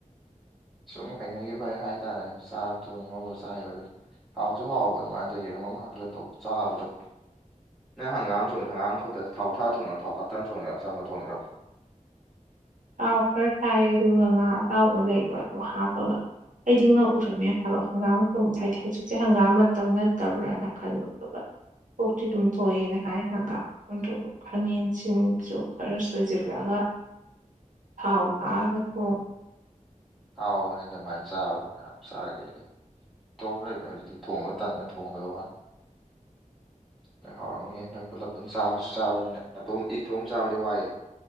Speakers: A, in the centre; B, on the right.
A: ꯁꯨꯝ ꯍꯩꯅꯈꯤꯕ ꯍꯥꯏꯇꯥꯔꯦ ꯆꯥꯛ ꯊꯣꯡꯉꯕ ꯆꯥꯏꯕꯗ ꯍꯥꯎꯁꯨ ꯍꯥꯎꯕ ꯑꯗꯨꯃꯥꯏꯅ ꯇꯧ ꯌꯦꯔꯨꯝ ꯑꯃ ꯍꯥꯞꯐꯤꯂꯛꯇꯧ ꯆꯥꯕꯗꯣ ꯅꯪ ꯍꯪꯒꯥꯝꯣꯡꯉꯦ ꯍꯪꯒꯥꯝ ꯈꯛꯇ ꯊꯥꯎ ꯊꯥ ꯊꯣꯡꯅꯔꯥ ꯊꯥꯎ ꯈꯥꯛꯇ ꯊꯣꯡꯉꯦꯔꯥꯝꯅ ꯊꯣꯡꯤꯔꯥ
B: ꯇꯥꯎ ꯈꯔ ꯇꯥꯏ ꯑꯗꯨꯒ ꯉꯥ ꯑꯆꯥꯎꯕ ꯂꯩꯕ ꯑꯗꯣ ꯍꯥꯞꯄꯒ ꯑꯩꯗꯤ ꯉꯧ ꯎꯔꯝꯃꯦ ꯍꯥꯏꯕ ꯍꯪꯒꯥꯝꯣꯡꯗ ꯍꯥꯏꯗꯤ ꯍꯧꯖꯤꯛꯁꯦ ꯍꯪꯒꯥꯝ ꯃꯇꯝ ꯅꯠꯇꯕ꯭ꯔꯥꯅ ꯈꯜꯂꯤꯕ ꯑꯗꯨꯒ ꯀꯣꯛꯇꯤ ꯑꯗꯨꯝ ꯊꯣꯛꯑꯦꯅ ꯍꯥꯏ ꯍꯪ ꯈꯥꯃꯦꯟꯁꯤꯟꯁꯨ ꯈꯔ ꯁꯣꯏꯁꯤꯜꯂꯒ ꯍꯥꯎ ꯇꯒꯣ
A: ꯍꯥꯎꯕꯅꯦ ꯑꯗꯨꯃꯥꯏꯅ ꯆꯥꯕꯗꯣ ꯀꯩꯌꯥꯝ ꯆꯥꯒꯦ꯫ ꯏꯇꯣꯞ ꯑꯃ ꯂꯩꯕꯅꯦ ꯍꯧꯖꯤꯛ ꯊꯣꯡꯕ ꯇꯟꯃꯦ ꯊꯣꯡꯗꯕꯧ ꯋꯥꯅꯤ ꯅꯣꯏ ꯍꯥꯎꯔꯝꯃꯤꯌꯦꯦ ꯅꯣꯏ ꯄꯨꯂꯞ ꯄꯨꯟ ꯆꯥꯕꯁꯨ ꯆꯥꯕꯅꯤꯅꯦ ꯅꯥꯇꯣꯝ ꯏꯇꯣꯝ ꯆꯥꯕꯗꯤ ꯋꯥꯏꯑꯦ